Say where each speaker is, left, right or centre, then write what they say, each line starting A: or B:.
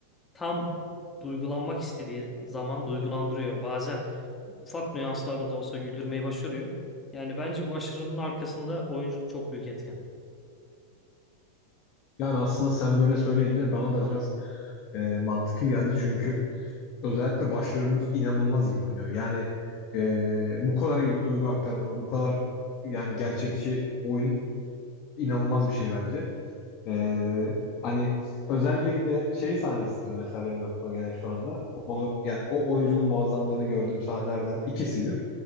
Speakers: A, on the left (about 15°); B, on the left (about 40°).
A: tam duygulanmak istediği zaman duygulandırıyor. Bazen ufak nüanslarla da olsa güldürmeyi başarıyor. Yani bence bu başarının arkasında oyunculuk çok büyük etken.
B: Yani aslında sen böyle söyleyince bana da biraz e, mantıklı geldi çünkü özellikle başrolümüz inanılmaz iyi oynuyor. Yani e, bu kadar iyi bir duygu aktarımı, bu kadar yani gerçekçi oyun inanılmaz bir şey bence. Ee, hani özellikle şey sahnesidir mesela benim aklıma gelen şu anda. Onu yani o oyuncunun muazzamlığını gördüğüm sahnelerden ikisidir.